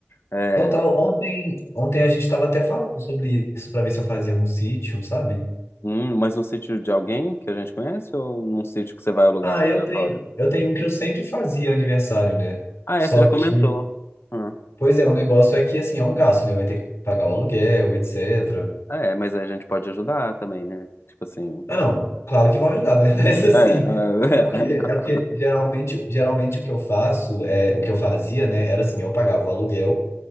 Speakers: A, on the left; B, on the left.
A: É,
B: Total, ontem, ontem a gente estava até falando sobre isso para ver se eu fazia num sítio, sabe?
A: Hum, mas no sítio de alguém que a gente conhece ou num sítio que você vai alugar
B: Ah,
A: aleatório?
B: eu tenho, eu tenho um que eu sempre fazia aniversário, né?
A: Ah,
B: Só
A: é, você já comentou.
B: que,
A: Hum.
B: pois é, o negócio é que assim, é um gasto, né? Eu ia ter que pagar o aluguel, etc.
A: Ah, É, mas aí a gente pode ajudar também, né? Tipo assim.
B: Ah, não, claro que vão ajudar, né? <laughs> Mas assim,
A: É, é.
B: é porque,
A: é. <laughs>
B: é porque geralmente, geralmente o que eu faço, é, o que eu fazia, né, era assim, eu pagava o aluguel